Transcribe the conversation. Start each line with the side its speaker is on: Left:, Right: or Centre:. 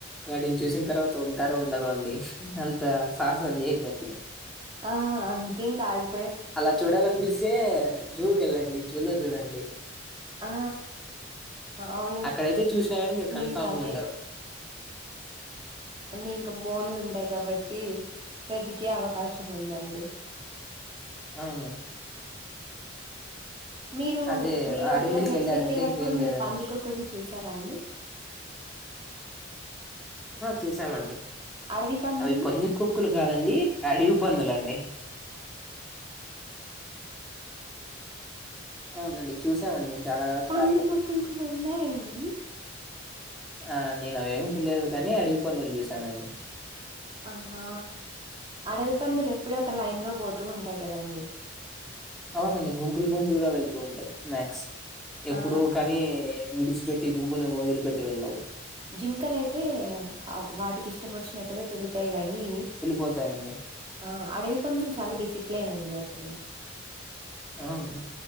Centre: వాటిని, చూసిన, తర్వాత ఉంటారో, ఉండరు, అండి అంత సాహసం, చేయ్యోద్ద,
Right: ఆ, అందుకే, ఇంక, ఆగి
Centre: అలా, చూడాలనిపిస్తే, జూకి, వెళ్ళండి జూలో చూడండి
Right: ఆ అవునండి
Centre: అక్కడయితే, చూసినా కానీ మీరు కన్ఫామ్
Right: ఇంక అదే
Centre: గా ఉండరు
Right: అన్నీ, ఇంకా, బోన్లు, ఉంటాయి. కాబట్టి ప్రతికే అవకాశం ఉందండి.
Centre: అవును,
Right: మీరు,
Centre: అదే
Right: మీరు
Centre: అడవిలోకి
Right: అట్లా మెట్లు
Centre: వెళ్ళారంటే
Right: ఎక్కేటప్పుడు
Centre: ఇంకేం
Right: మీరు
Centre: లేదండి.
Right: పందుకొక్కుల్ని, చూసారా అండి.
Centre: ఆ, చూసామండి,
Right: అడవి పందుల్ని
Centre: అవి పందికొక్కులు, కాదండి. అడవి పందులండి, అవునండి, చూసామండి, మేం చాలా
Right: పందికొక్కులు,
Centre: సార్లు.
Right: కూడా, ఉన్నాయండి. వి
Centre: ఆ, నేను, అవ్వేం, చూడలేదు. కానీ, అడివి పందులు చూసానండి.
Right: ఆహా, అడవి పందులు, ఎప్పుడు, ఒక లైన్ లో పోతూ, ఉంటాయి, కదండి,
Centre: అవునండి, గుంపులు గుంపులుగా, వెళ్తూ ఉంటాయి. మ్యాక్స్, ఎప్పుడు
Right: ఆ
Centre: కానీ విడిచిపెట్ టి గుంపును వదిలిపేట్టి, వెళ్ళవు,
Right: జింకలు, అయితే, వాటికి ఇష్టం వచ్చినట్టుగా, తిరుగుతాయి. గానీ
Centre: పోతాయండి,
Right: ఆ అడవి పందులు చాలా డిసిప్లెన్ అండి అసలు
Centre: అవును